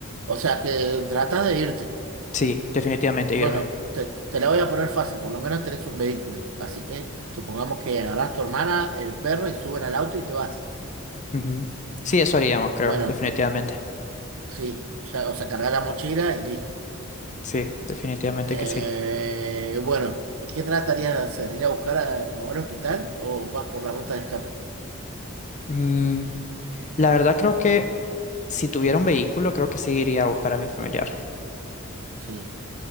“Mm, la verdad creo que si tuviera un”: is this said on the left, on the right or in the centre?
Left